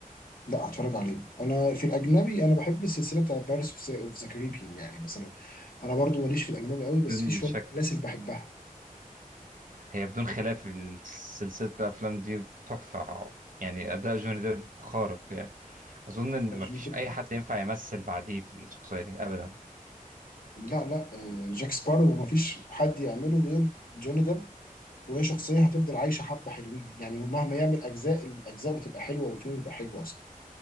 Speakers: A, on the left (about 75°); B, on the right (about 65°).
A: لا هتفرج عليه انا في الاجنبي انا بحب السلسله بتاعت بارس اوف ذا كاريبيان يعني مثلا انا برضو ماليش في الاجنبي قوي بس
B: فيلم
A: في شويه
B: شك
A: سلاسل بحبها
B: هي بدون خلاف سلسلة الأفلام دي تحفة يعني أداء جوني ديب خارق يعني أظن إن
A: لا جوني
B: مفيش
A: ديب
B: أي حد ينفع يمثل بعديه في الشخصية دي أبدا
A: لا لا آه، جاك سبارو مفيش حد يعمله غير جوني ديب وهي شخصية هتفضل عايشة حبة حلوين يعني مهما يعمل أجزاء الأجزاء بتبقى حلوة والفيلم بيبقى حلو أصلا